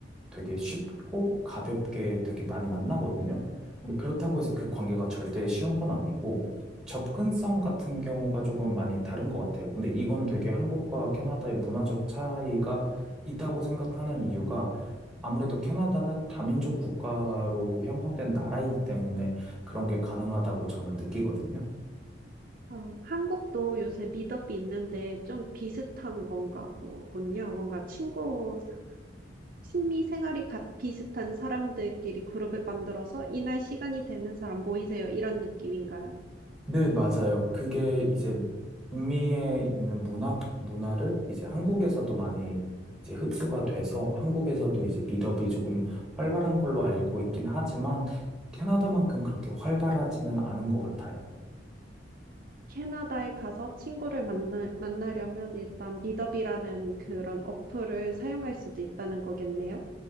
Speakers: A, in the centre; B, on the right (about 50°).
A: 되게 쉽고 가볍게 되게 많이 만나거든요. 근데 그렇다고 해서 그 관계가 절대 쉬운 건 아니고 접근성 같은 경우가 조금 많이 다른 것 같아요. 근데 이건 되게 한국과 캐나다의 문화적 차이가 있다고 생각하는 이유가 아무래도 캐나다는 다민족 국가로 형성된 나라이기 때문에 그런 게 가능하다고 저는 느끼거든요.
B: 어, 한국도 요새 미덥이 있는데 좀 비슷한 건가 보군요. 뭔가 친구 취미 생활이 같 비슷한 사람들끼리 그룹을 만들어서 이날 시간이 되는 사람 모이세요. 이런 느낌인가요?
A: 네, 맞아요. 그게 이제
B: 아,
A: 북미에 있는 문학, 문화를 이제 한국에서도 많이 이제 흡수가
B: 음.
A: 돼서 한국에서도 이제 미덕이 조금 활발한 걸로 알고 있긴 하지만 캐나다만큼 그렇게 활발하지는 않은 것 같아요.
B: 캐나다에 가서 친구를 만나, 만나려면 일단 미더비라는 그런 어플을 사용할 수도 있다는 거겠네요.